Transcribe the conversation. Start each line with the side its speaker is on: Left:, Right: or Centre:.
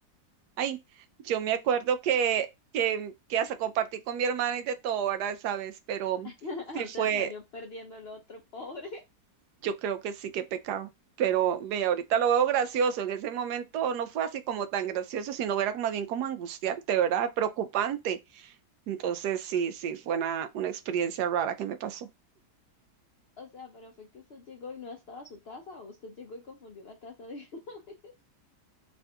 Right: Ay, yo me acuerdo que, que, que hasta compartí con mi hermana y de todo, ¿verdad? ¿Sabes? Pero
Left: <laughs>
Right: sí
Left: O
Right: fue,
Left: sea, salió perdiendo el otro, pobre. <laughs>
Right: yo creo que sí, que pecado. Pero ve, ahorita lo veo gracioso. En ese momento no fue así como tan gracioso, sino era más bien como angustiante, ¿verdad? Preocupante. Entonces sí, sí, fue una, una experiencia rara que me pasó.
Left: O sea, pero fue que usted llegó y no estaba su taza o usted llegó y confundió la taza de... <laughs>